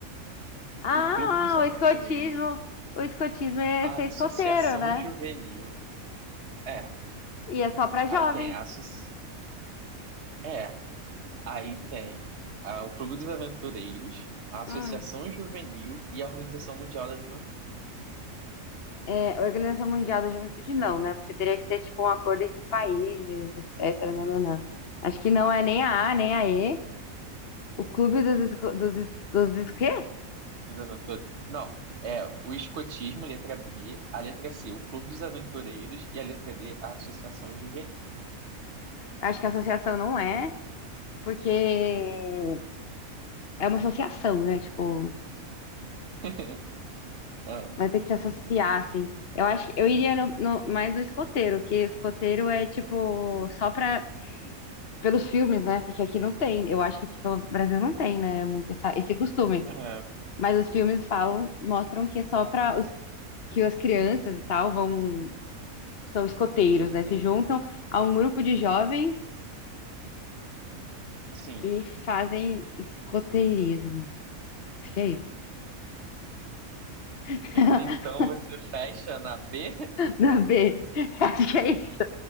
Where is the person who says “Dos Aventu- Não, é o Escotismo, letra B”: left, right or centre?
Right